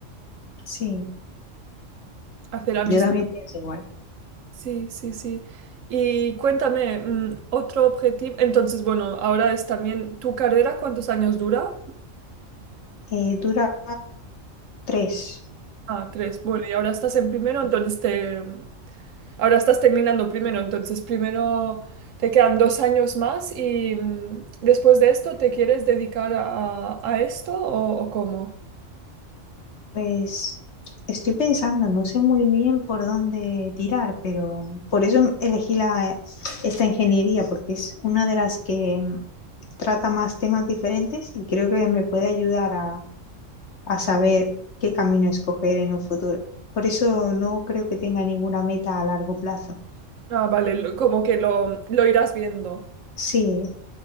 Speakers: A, on the left (about 60°); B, on the right (about 80°).
A: sí,
B: hacer amistad.
A: yo también pienso igual.
B: Sí, sí, sí. Y cuéntame, mm, otro objetivo, entonces, bueno, ahora es también, ¿tu carrera cuántos años dura?
A: Eh, dura tres.
B: Ah, tres. Bueno, y ahora estás en primero, entonces te... mm, Ahora estás terminando primero, entonces primero te quedan dos años más y mm, después de esto te quieres dedicar a, a esto o, o cómo?
A: Pues estoy pensando, no sé muy bien por dónde tirar, pero por eso elegí la, esta ingeniería, porque es una de las que mm, trata más temas diferentes y creo que me puede ayudar a a saber qué camino escoger en un futuro. Por eso no creo que tenga ninguna meta a largo plazo.
B: Ah, vale, lo- como que lo, lo irás viendo.
A: Sí,